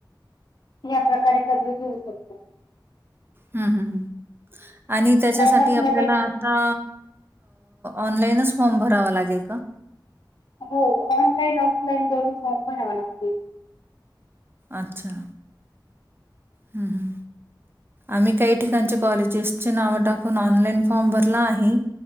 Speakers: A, on the left (about 60°); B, on the right (about 30°).
A: या प्रकारे पदवी घेऊ शकतो.
B: हम् हम् हम आणि त्याच्यासाठी
A: कॉमर्स
B: आपल्याला
A: मध्ये
B: आता ऑनलाईनच फॉर्म भरावा लागेल का
A: हो ऑनलाईन, ऑफलाईन दोन्ही फॉर्म भरावे लागती.
B: अच्छा हम् हम आम्ही काही ठिकाणच्या कॉलेजेसचे नाव टाकून ऑनलाईन फॉर्म भरला आहे.